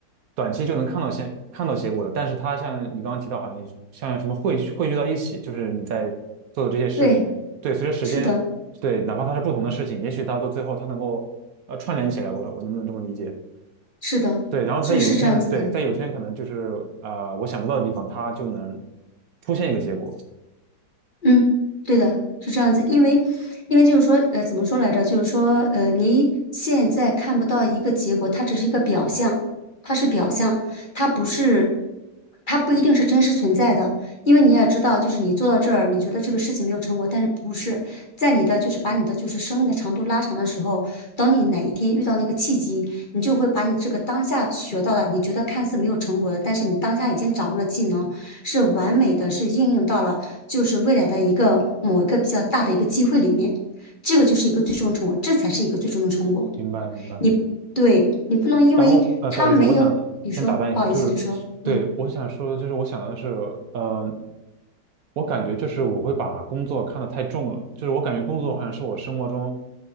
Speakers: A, on the right (about 65°); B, on the left (about 35°).
A: 短期就能看到现看到结果的，但是它像你刚刚提到，好像像什么汇聚汇聚到一起，就是你在做的这些事里面，
B: 对，
A: 对，随着时间，
B: 是的，
A: 对，哪怕它是不同的事情，也许它到最后它能够呃串联起来，我我能不能这么理解？
B: 是的，
A: 对，然后在有一天，
B: 是是这样子的。
A: 对，在有一天可能就是呃，我想不到的地方，它就能出现一个结果。
B: 嗯，对的，是这样子，因为，因为就是说，呃，怎么说来着？就是说，呃，你现在看不到一个结果，它只是一个表象，它是表象，它不是，它不一定是真实存在的。因为你也知道，就是你做到这儿，你觉得这个事情没有成果，但是不是在你的就是把你的就是生命的长度拉长的时候，等你哪一天遇到那个契机，你就会把你这个当下学到的，你觉得看似没有成果的，但是你当下已经掌握了技能是完美的，是应用到了。就是未来的一个某一个比较大的一个机会里面，这个就是一个最终成果，这才是一个最终的成果。
A: 明白，明白。
B: 你对你不能因为他没有，
A: 然后呃，不好意思，我想先打断一下，
B: 你说不好意思，
A: 就是对我想说，
B: 你说嗯，
A: 就是我想的是，嗯，我感觉就是我会把工作看得太重了，就是我感觉工作好像是我生活中